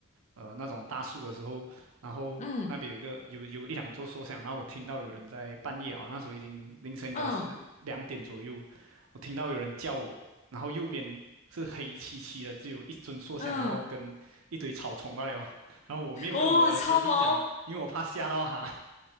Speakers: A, on the right; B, on the left.
A: 呃那种大树的时候，然后那边有一个有有一两座塑像，
B: 嗯嗯
A: 然后我听到有人在半夜啊，那时候已经凌晨应该是两点左右，
B: 嗯
A: 我听到有人叫我，然后右边是黑漆漆的，只有一尊塑像，
B: 嗯，
A: 然后跟一堆草丛罢了，然后我没有跟我的学弟讲
B: 哇，超毛！
A: <laughs>，因为我怕吓到他，<laughs>